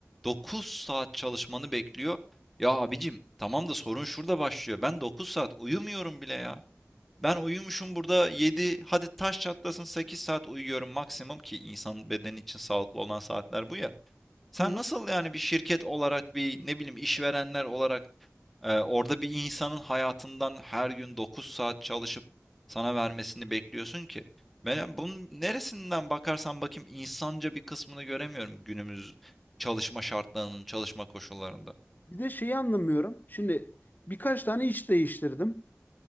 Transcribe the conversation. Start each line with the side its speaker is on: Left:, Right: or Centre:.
Centre: 9 saat çalışmanı bekliyor ya abicim tamam da sorun şurada başlıyor. Ben 9 saat uyumuyorum bile ya. Ben uyumuşum burada 7. hadi taş çatlasın 8 saat uyuyorum maksimum ki insan bedeni için sağlıklı olan saatler bu ya. Sen
Left: Hı hı.
Centre: nasıl yani bir şirket olarak bir ne bileyim işverenler olarak e, orada bir insanın hayatından her gün 9 saat çalışıp sana vermesini bekliyorsun ki? Ben bunun neresinden bakarsan bakayım insanca bir kısmını göremiyorum günümüz çalışma şartlarının, çalışma koşullarında.
Left: bir de şeyi anlamıyorum. Şimdi birkaç tane iş değiştirdim.